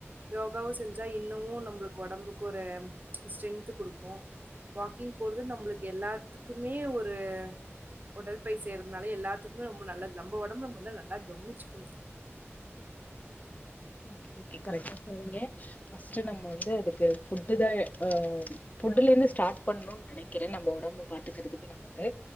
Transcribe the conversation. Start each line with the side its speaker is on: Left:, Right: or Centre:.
Right: யோகாவு செஞ்சா இன்னமு நம்புளு கொடம்புக்கு ஒரு ஸ்ட்ரென்த்து குடுக்கு வாக்கிங் போறது நம்புளுக்கு எல்லாத்துக்குமே ஒரு உடல்பை செய்றதனால எல்லாத்துக்குமே ரொம்ப நல்லது நம்ம ஒடம்ப நம்ப நல்லா கவுனிச்சுக்கணு
Left: ஓகே ஓகே கரக்டா சொன்னீங்க ஃப்ஸ்ட்டு நம்ப வந்து அதுக்கு ஃபுட் தா அ ஃபுட்டுலந்து ஸ்டார்ட் பண்ணு நெனைக்கிறே நம்ப உடம்ப பாத்துக்கறதுக்கு நமக்கு